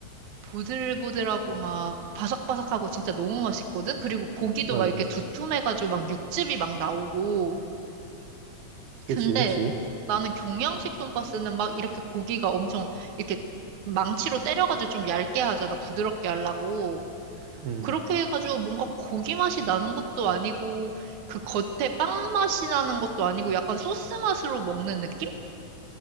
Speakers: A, on the right; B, on the right.
A: 보들보들하고 막 바삭바삭하고 진짜 너무 맛있거든. 그리고 고기도
B: 맞아.
A: 막 이렇게 두툼해가지고 막 육즙이 막 나오고.
B: 그치,
A: 근데
B: 그치.
A: 나는 경양식 돈까스는 막 이렇게 고기가 엄청 이렇게 망치로 때려가지고 좀 얇게 하잖아. 부드럽게 하려고.
B: 음,
A: 그렇게 해가지고 뭔가 고기 맛이 나는 것도 아니고 그 겉에 빵 맛이 나는 것도 아니고 약간 소스 맛으로 먹는 느낌?